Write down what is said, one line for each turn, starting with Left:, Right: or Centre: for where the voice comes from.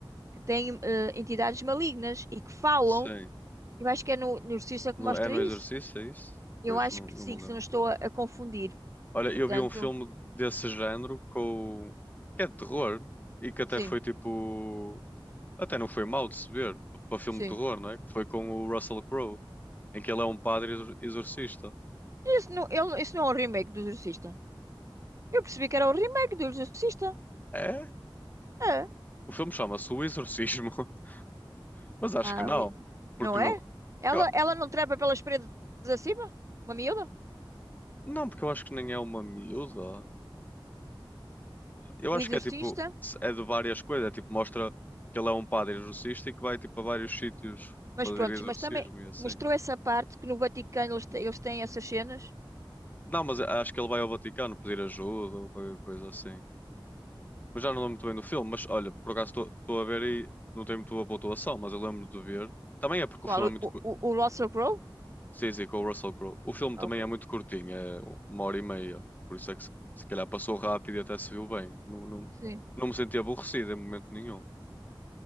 Right: que têm eh, entidades malignas e que falam.
Left: sim.
Right: Eu acho que é no, no Exorcista que
Left: No,
Right: mostra
Left: é no
Right: isso.
Left: exercício, é isso?
Right: Eu
Left: Pois,
Right: acho
Left: não,
Right: que
Left: não
Right: sim,
Left: me
Right: que
Left: lembro.
Right: se não estou a, a confundir.
Left: Olha,
Right: Portanto,
Left: eu vi um filme desse género com... que é de terror e que até
Right: sim,
Left: foi tipo... Até não foi mal de se ver p- para filme
Right: sim.
Left: de terror, não é? Que foi com o Russell Crowe, em que ele é um padre exor- exorcista.
Right: Isso não, ele- isso não é um remake do Exorcista. Eu percebi que era o remake do Exorcista.
Left: É?
Right: é
Left: O filme chama-se O Exorcismo, <laughs> mas acho
Right: Ah,
Left: que não,
Right: o i- não
Left: porque não...
Right: é? Ela,
Left: eu-
Right: ela não trepa pelas paredes acima? Uma miúda?
Left: Não, porque eu acho que nem é uma miúda. Eu
Right: O
Left: acho
Right: exorcista?
Left: que é tipo, é de várias coisas. É tipo, mostra que ele é um padre exorcista e que vai tipo a vários sítios
Right: Mas
Left: fazer
Right: pronto,
Left: exorcismo
Right: mas também
Left: e assim.
Right: mostrou essa parte que no Vaticano eles, te- eles têm essas cenas.
Left: Não, mas acho que ele vai ao Vaticano pedir ajuda ou qualquer coisa assim. Mas já não lembro muito bem do filme. Mas olha, por acaso estou a ver e não tem muito boa pontuação, mas eu lembro de ver. Também é porque
Right: Qual?
Left: o filme é muito.
Right: O,
Left: cu-
Right: o, o Russell Crowe?
Left: Sim, sim, com o Russell Crowe. O filme
Right: Ah,
Left: também
Right: Ok.
Left: é muito curtinho, é uma hora e meia. Por isso é que se, se calhar passou rápido e até se viu bem. Não, não,
Right: Sim.
Left: não me senti aborrecido em momento nenhum.